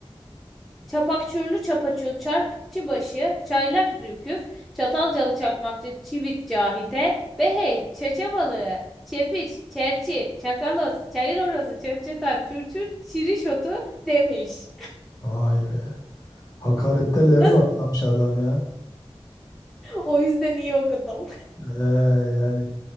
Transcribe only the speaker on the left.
Vay be. Hakarette level
atlamış adam ya.
Ee, yani